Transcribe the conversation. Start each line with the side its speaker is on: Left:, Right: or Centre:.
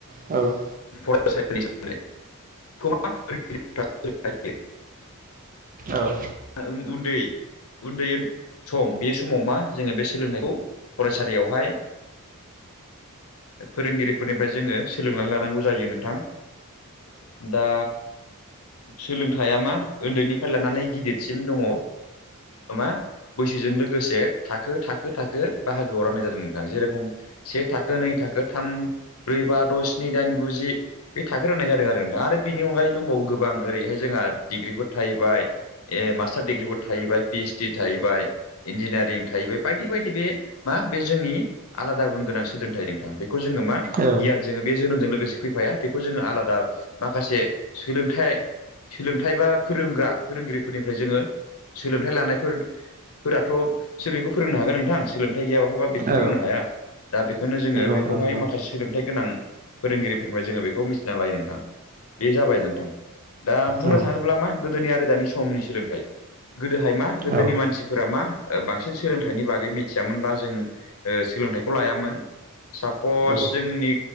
Right: औ।
Left: <unintelligible>
Right: औ।
Left: ओ। उन्दै उन्दै सम बे समाव मा जोङो बे सोलोंथाइखौ फरायसालियावहाय फोरोंगिरिफोरनिफ्राय जोङो सोलोंनानै लानांगौ जायो नोंथां। दा सोलोंथाइया मा ओन्दैनिफ्राय लानानै गिदिरसिम दङ। मा बैसोजों लोगोसे थाखो थाखो थाखो बाहागोआव राननाय जादोंमोन। जेरेखम से थाखो, नै थाखो, थाम, ब्रै, बा, द, स्नि, दाइन, गु, जि, बे थाखो राननाय जादों आरो नोंथां आरो बिनि अनगायै दंबावो गोबां ओरैहाय जोंहा डिग्रिफोर थाहैबाय ए मास्टार डिग्रिबो थाहैबाय पि ओइस डि थाहैबाय इन्जिनियारिं थाहैबाय बायदि बायदि बे मा बे जोंनि आलादा गुन गोनां सोलोंथाइ नोंथां बेखौ जोङो मा
Right: औ औ
Left: गियान जोङो बे जोनोमजों लोगोसे फैफाया बेखौ जोङो आलादा माखासे सोलोंथाइ सोलोंथाइ बा फोरोंग्रा फोरोंगिरिफोरनिफ्राय जोङो सोलोंथाइ लानायफोर फोराथ सो बेखौ फोरोंनो हागोन नोंथां सोलोंथाइ गैयाबाथ बा बेखौ फोरोंनो
Right: औ
Left: हाया दा बेखौनो जोङो
Right: नंगौ
Left: बेखौहाय
Right: नोंथां नंगौ
Left: माखासे
Right: औ
Left: सोलोंथाइ गोनां फोरोंगिरिफोरफ्राय जोङो बेखौ मिथिना लायो नोंथां बे जाबाय नोंथां दा बुंनो
Right: औ
Left: थाङोब्ला मा गोदोनि आरो दानि समनि सोलोंथाइ गोदोहाय मा
Right: औ
Left: गोदोनि मानसिफोरा मा ओ बांसिन सोलोंथाइनि बागै मिथियामोनबा जों ओ सोलोंथाइखौ लायामोन सापस
Right: औ
Left: जोंनि